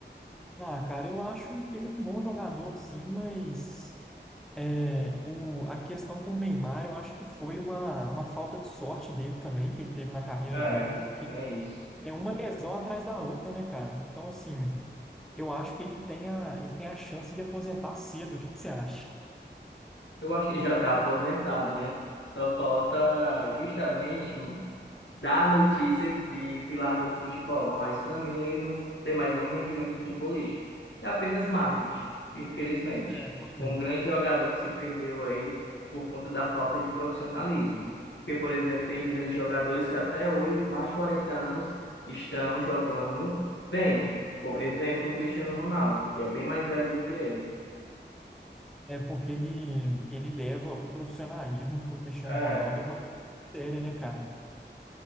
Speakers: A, in the centre; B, on the left.
A: Ah, cara, eu acho que ele é um bom jogador, sim, mas é, o, a questão com o Neymar, eu acho que foi uma, uma falta de sorte dele também, que ele teve na carreira
B: É,
A: dele, porque
B: tem isso.
A: é uma lesão atrás da outra, né, cara? Então, assim, eu acho que ele tem a, ele tem a chance de aposentar cedo. O que que você acha?
B: Eu acho que ele já está aposentado, né? Só falta justamente dar a notícia de que largou do futebol, mas para mim ele não tem mais nenhum rendimento futebolístico. É apenas marketing, infelizmente.
A: É, pois
B: Foi
A: é.
B: um grande jogador que se perdeu aí por conta da falta de profissionalismo. Porque, por exemplo, tem grandes jogadores que até hoje, mais de 40 anos, estão jogando bem. Por exemplo, o Cristiano Ronaldo, que é bem mais velho do que ele.
A: É, é porque ele, ele leva o profissionalismo pro Cristiano
B: É.
A: Ronaldo, é uma coisa séria, né, cara?